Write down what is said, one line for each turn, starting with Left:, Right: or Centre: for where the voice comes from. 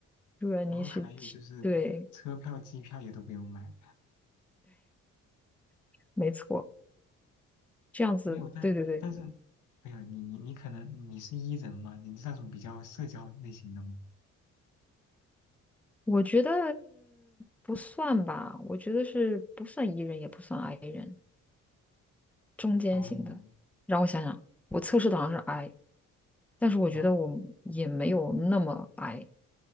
Centre: 入果你去，
Left: 然后还有就是车票、
Centre: 对，
Left: 机票也都不用买，
Centre: 没错，这样子，
Left: 没有，但但是，
Centre: 对对对，
Left: 没有你你你可能你是 E 人嘛，你是那种比较社交类型的吗？
Centre: 我觉得不算吧，我觉得是不算 E 人，也不算 I 人。中间型的。
Left: 哦
Centre: 让我想想，我测试的好像是 I，但是我觉得我也没有那么
Left: 哦，
Centre: I。